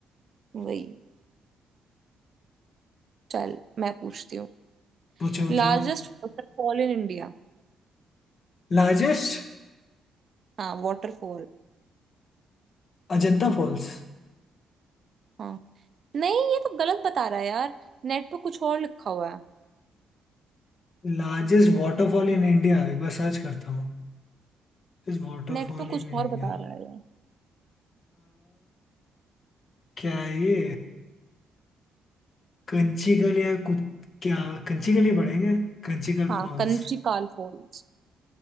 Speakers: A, on the right (about 50°); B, on the left (about 50°).
A: वही चल मैं पूछती हूँ
B: पूछो पूछो
A: Largest waterfall in India
B: Largest
A: हाँ वाटरफॉल
B: Ajanta falls
A: हाँ नहीं ये तो गलत बता रहा है यार नेट पे कुछ और लिखा हुआ है
B: Largest waterfall in India एक बार सर्च करता हूँ Waterfall
A: नेट पे कुछ
B: in India
A: और बता रहा है ये।
B: क्या है ये कंचीकल या कुछ क्या कंचीकल ही पढ़ेंगे कंचीकल
A: हाँ
B: फॉल्स
A: कंचिकाल फॉल्स